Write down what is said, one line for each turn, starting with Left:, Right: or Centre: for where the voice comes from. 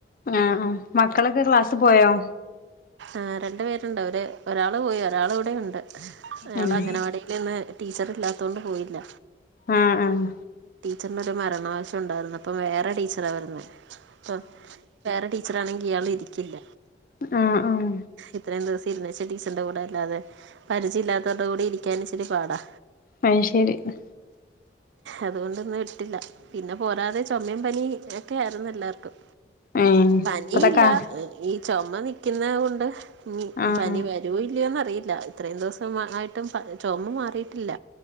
Left: ആഹ് ആഹ് മക്കളൊക്കെ ക്ലാസ്സിപ്പോയോ
Right: ആഹ് രണ്ടു പേരുണ്ട് അവര് ഒരാള് പോയി ഒരാളിവിടെ ഇണ്ട് ഒരാൾ
Left: ഉം
Right: അംഗനവാടി ഇല്ലിന്ന് ടീച്ചറില്ലാത്തോണ്ട് പോയില്ല
Left: ആഹ് ആഹ്
Right: ടീച്ചർനൊരു മരണാവശ്യം ഉണ്ടായിരുന്ന് അപ്പ വേറെ ടീച്ചറാ വരുന്നേ ആഹ് വേറെ ടീച്ചറാണെങ്കിയാളിരിക്കില്ല
Left: ആഹ് ആഹ്
Right: ഇത്രേം ദിവസം ഇരുന്ന് വെച്ച ടീച്ചറിന്റെ കൂടെ അല്ലാതെ പരിചയില്ലാത്തവരുടെ കൂടെ ഇരിക്കാനിച്ചിരി പാടാ
Left: അയ് ശെരി ഹ്
Right: അതുകൊണ്ടിന്ന് വിട്ടില്ല പിന്നെ പോരാതെ ചൊമേം പനി എക്കെ ആയിരുന്നു എല്ലാർക്കും
Left: ഏഹ്
Right: പനിയില്ല
Left: ഇപ്പത്തക്കാ
Right: ഹ് ഈ ചൊമ നിക്ക്ന്നെ കൊണ്ട് ഇനിപനി
Left: ആഹ്
Right: വ രോ ഇല്ലയോന്നറിയില്ല ഇത്രേം ദിവസം ആയിട്ടും പ ചൊമ മാറിയിട്ടില്ല